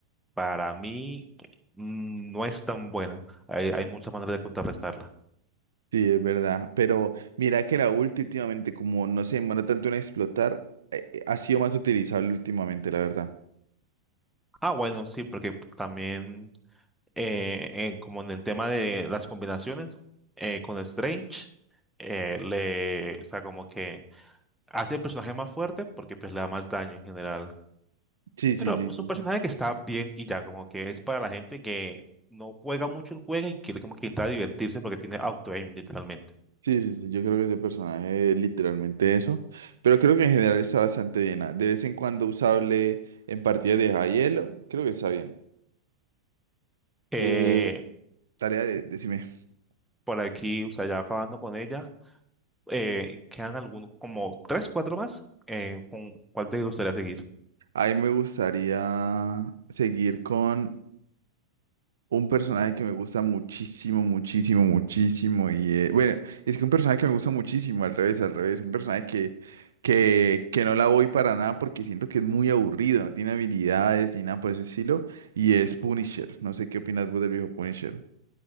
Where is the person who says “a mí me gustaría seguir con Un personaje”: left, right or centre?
Right